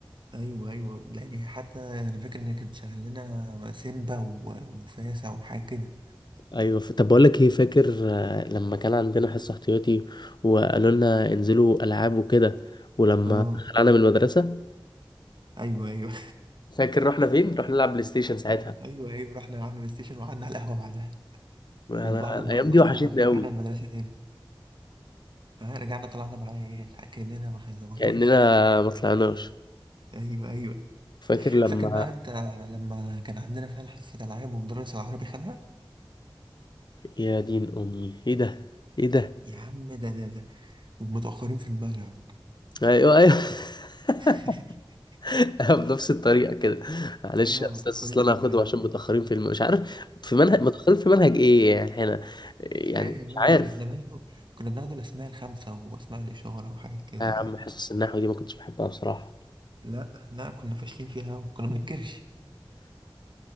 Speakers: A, on the right (about 60°); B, on the left (about 55°).
A: ايوه ايوه يعني حتى انا فاكر ان هي كانت شغاله لنا سيمبا ومفاسه وحاجه كده
B: أيوة ف- طب بقول لك إيه فاكر آه، لما كان عندنا حصة احتياطي وقالوا لنا انزلوا ألعاب وكده ولما
A: اه
B: خلعنا من المدرسة
A: ايوه ايوه
B: فاكر رحنا فين؟ رحنا نلعب بلاي ستيشن ساعتها
A: <laughs> ايوه ايوه رحنا لعبنا بلاي ستيشن وقعدنا على القهوه بعدها
B: أنا
A: وبعد
B: الأيام
A: ما خلصنا
B: دي وحشتني
A: رجعنا
B: قوي
A: المدرسه تاني ها رجعنا طلعنا مع العيال كاننا ما خزمناش
B: كأننا ما طلعناش
A: ايوه ايوه
B: فاكر لما
A: فاكر بقى انت لما كان عندنا فعلا حصه العاب ومدرس العربي خدها
B: يا دين امي ايه ده ايه ده
A: يا عم ده ده ده ومتاخرين في المنهج
B: ايوه ايوه <laughs>
A: <laughs>
B: أنا بنفس الطريقه كده معلش
A: اه
B: يا
A: متاخرين
B: استاذ اصل
A: في
B: انا
A: المنهج
B: هاخده عشان متاخرين في الم... مش عارف في منهج
A: آه،
B: متاخرين في منهج ايه يعني احنا يعني
A: مش فاهم
B: مش
A: انا
B: عارف
A: ده احنا كنا بناخده كنا بناخده الاسماء الخمسه واسماء الاشاره وحاجات كده
B: يا عم حصص النحو دي ما كنتش بحبها بصراحه
A: لا لا كنا فاشلين فيها أوي. كنا بنتكرش